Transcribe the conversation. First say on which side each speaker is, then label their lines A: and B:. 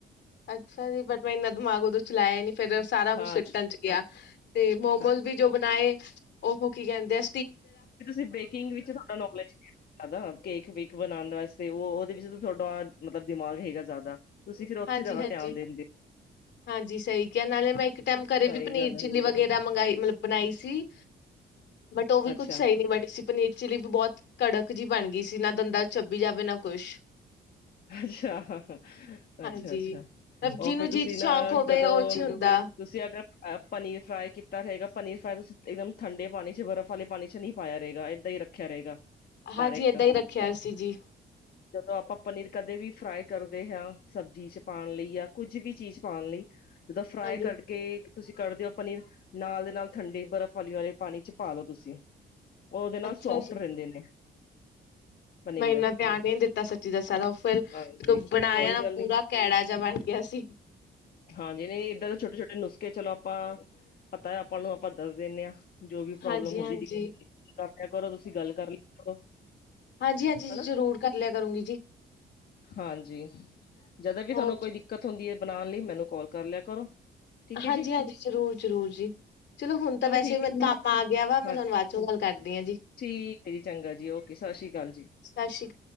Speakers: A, on the left; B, on the left.
A: ਅੱਛਾ ਜੀ, ਬਟ ਮੈਂ ਇੰਨਾ ਦਿਮਾਗ ਉਦੋਂ ਚਲਾਇਆ ਨੀ। ਫਿਰ ਸਾਰਾ ਕੁਛ
B: ਹਾਂ
A: ਸਿੱਟਣ ਚ ਗਿਆ ਤੇ ਮੋਮੋਜ਼
B: ਹਾਂ
A: ਵੀ ਜੋ ਬਣਾਏ ਉਹ ਕੀ ਕਹਿੰਦੇ ਅ
B: ਤੁਸੀਂ ਬੇਕਿੰਗ ਵਿੱਚ ਤੁਹਾਡਾ ਨੋਲੇਜ <unintelligible> ਕੇਕ ਵੈਕ ਬਣਾਣ ਵਾਸਤੇ। ਉਹਦੇ ਵਿੱਚ ਤੁਹਾਡਾ ਮਤਲਬ ਦਿਮਾਗ ਹੈਗਾ ਜ਼ਿਆਦਾ ਤੁਸੀਂ ਫਿਰ ਉੱਥੇ
A: ਹਾਂਜੀ
B: ਜ਼ਿਆਦਾ
A: ਹਾਂਜੀ
B: ਧਿਆਨ ਦਿੰਦੇ
A: ਹਾਂਜੀ, ਸਹੀ ਕਿਹਾ ਨਾਲੇ ਮੈਂ ਇੱਕ ਟਾਈਮ ਘਰੇ ਵੀ
B: ਸਹੀ
A: ਪਨੀਰ
B: ਗੱਲ ਹੈ
A: ਚਿੱਲੀ ਵਗੈਰਾ ਮੰਗਈ ਮਤਲਬ ਬਣਾਈ ਸੀ। ਬਟ ਉਹ ਵੀ
B: ਅੱਛਾ
A: ਕੁਛ ਸਹੀ ਨਹੀਂ ਬਣੀ ਸੀ ਪਨੀਰ ਚਿਲੀ ਵੀ ਬਹੁਤ ਕੜਕ ਜਿਹੀ ਬਣ ਗਈ ਸੀ ਨਾ ਦੰਦਾਂ ਛੱਬੀ ਜਾਵੇ ਨਾ ਕੁਛ
B: ਅੱਛਾ
A: ਹਾਂਜੀ
B: ਅੱਛਾ ਅੱਛਾ
A: ਮਤਲਬ
B: ਉਹ
A: ਜਿਹਨੂੰ
B: ਫੇ ਤੁਸੀਂ
A: ਜੀ ਸ਼ੌਕ ਹੋਵੇ
B: ਜਦੋਂ
A: ਉਹ ਚ ਹੀ ਹੁੰਦਾ
B: ਤੁਸੀਂ ਪਨੀਰ ਫਰਾਈ ਕੀਤਾ ਰਹੇਗਾ ਪਨੀਰ ਫਰਾਈ ਤੁਸੀਂ ਇੱਕਦਮ ਠੰਡੇ ਪਾਣੀ ਚ ਬਰਫ਼ ਵਾਲੇ ਪਾਣੀ ਚ ਨੀ ਪਾਇਆ ਰਹੇਗਾ ਇਦਾਂ ਹੀ ਰੱਖਿਆ ਰਹੇਗਾ
A: ਹਾਂਜੀ
B: ਡਾਇਰੈਕਟ
A: ਏਦਾਂ ਹੀ ਰੱਖਿਆ ਸੀ ਜੀ।
B: ਜਦੋਂ ਆਪਾਂ ਪਨੀਰ ਕਦੇ ਵੀ ਫਰਾਈ ਕਰਦੇ ਹ ਸਬਜ਼ੀ ਚ ਪਾਉਣ ਲਈ ਜਾਂ ਕੁੱਝ ਵੀ ਚੀਜ਼ ਪਾਉਣ ਲਈ ਜਿੱਦਾਂ ਫਰਾਈ
A: ਹਾਂਜੀ
B: ਕਰਕੇ ਤੁਸੀਂ ਕੱਢਦੇ ਹੋ ਪਨੀਰ ਨਾਲ ਦੇ ਨਾਲ ਠੰਡੇ ਬਰਫ਼ ਵਾਲੀ ਵਾਲੇ ਪਾਣੀ ਚ ਪਾ ਲਓ ਤੁਸੀਂ ਉਹ ਉਹਦੇ ਨਾਲ
A: ਅੱਛਾ
B: ਸੋਫਟ
A: ਜੀ
B: ਰਹਿੰਦੇ ਨੇ ਪਨੀਰ
A: ਮੈਂ ਇੰਨਾ ਧਿਆਨ ਨੀ ਦਿੱਤਾ ਸੱਚੀ ਦਾ ਸਾ ਉਹ ਫਿਰ ਜਦੋਂ
B: ਹਾਂਜੀ
A: ਬਣਾਇਆ
B: ਕੋਈ
A: ਨਾ
B: ਗੱਲ
A: ਪੂਰਾ
B: ਨੀ
A: ਕੈੜਾ ਜਿਹਾ ਬਣ ਗਿਆ ਸੀ
B: ਹਾਂਜੀ ਨਹੀਂ ਇੱਦਾਂ ਦੇ ਛੋਟੇ ਛੋਟੇ ਨੁਸਖੇ ਚਲੋ ਆਪਾਂ ਆਪਾਂ ਪਤਾ ਆਪਾਂ ਨੂੰ ਆਪਾਂ ਦੱਸ ਦਿੰਦੇ ਹਾਂ ਜੋ ਵੀ ਪ੍ਰੋਬਲਮ
A: ਹਾਂਜੀ-ਹਾਂਜੀ
B: ਹੁੰਦੀ ਕਰ ਕਰੋ ਤੁਸੀਂ ਗੱਲ ਕਰ ਲ ਕਰੋ
A: ਹਾਂਜੀ ਹਾਂਜੀ ਜੀ
B: ਹਨਾ
A: ਜ਼ਰੂਰ ਕਰ ਲਿਆ ਕਰੂੰਗੀ ਜੀ
B: ਹਾਂਜੀ ਜਦੋਂ ਵੀ
A: ਹੋਰ
B: ਤੁਹਾਨੂੰ ਕੋਈ ਦਿੱਕਤ ਹੁੰਦੀ ਹੈ ਬਣਾਉਣ ਲਈ ਮੈਨੂੰ ਕਾਲ ਕਰ ਲਿਆ ਕਰੋ ਠੀਕ ਹੈ
A: ਹਾਂਜੀ
B: ਜੀ
A: ਹਾਂਜੀ ਜ਼ਰੂਰ ਜ਼ਰੂਰ ਜੀ ਚਲੋ ਹੁਣ ਤਾਂ ਵੈਸੇ
B: ਠੀਕ
A: ਵੀ ਮੇਨੂੰ
B: ਹੈ
A: ਕੰਮ
B: ਜੀ
A: ਆ ਗਿਆ ਵਾ ਮੈਂ
B: ਹਾਂਜੀ
A: ਤੁਹਾਨੂੰ ਬਾਅਦ ਚੋਂ ਗੱਲ ਕਰਦੀ ਹਾਂ ਜੀ
B: ਠੀਕ ਹੈ ਜੀ ਚੰਗਾ ਜੀ ਓਕੇ ਸਤਿ ਸ਼੍ਰੀ ਅਕਾਲ ਜੀ
A: ਸਤਿ ਸ੍ਰੀ